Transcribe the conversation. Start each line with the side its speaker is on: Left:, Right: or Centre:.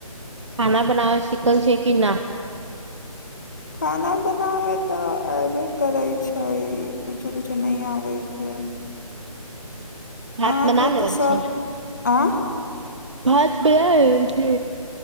Right: खाना बनाव सिखल छै कि न
Left: खाना बनाबै तऽ अबे करै छै कुछो कुछो नहि आबैत छै
Right: भात
Left: अहाँके
Right: बना लेवल
Left: तऽ सभ
Right: छै
Left: आँय
Right: भात बना रहल छी